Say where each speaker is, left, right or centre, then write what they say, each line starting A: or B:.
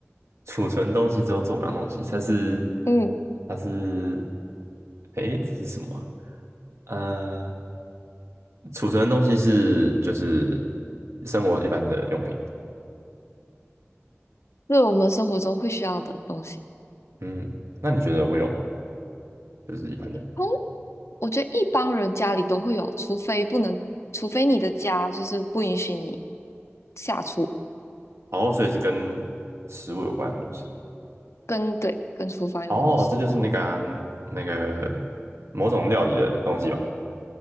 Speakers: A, on the right; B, on the left.
A: 储存东西之后做不了东西？它是
B: 嗯。
A: 它是，诶，这是什么啊？呃储存的东西是就是生活一般的用品。
B: 是我们生活中会需要的东西。
A: 嗯，那你觉得我有吗？就是一般的。
B: 通，我觉得一般人家里都会有，除非不能，除非你的家就是不允许你下厨，
A: 哦，所以是跟食物有关的东西。
B: 跟对跟厨房有关系，
A: 哦，这就是那个啊那个某种料理的东西吧？